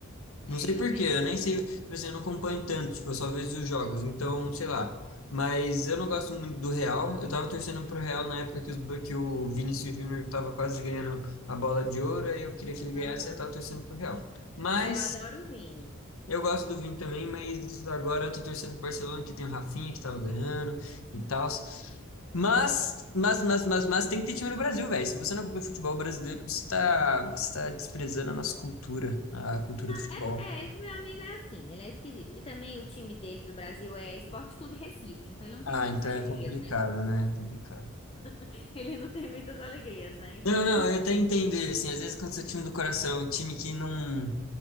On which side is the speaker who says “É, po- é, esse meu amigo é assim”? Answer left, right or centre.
Left